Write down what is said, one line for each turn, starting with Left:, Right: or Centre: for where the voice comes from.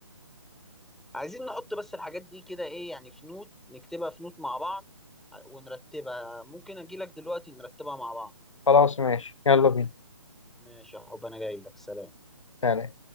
Centre: عايزين نحط بس الحاجات دي كده ايه يعني في نوت نكتبها في نوت مع بعض ونرتبها ممكن اجي لك دلوقتي نرتبها مع بعض
Left: خلاص ماشي يلا بينا
Centre: ماشي يا حب انا جاي لك سلام
Left: سلام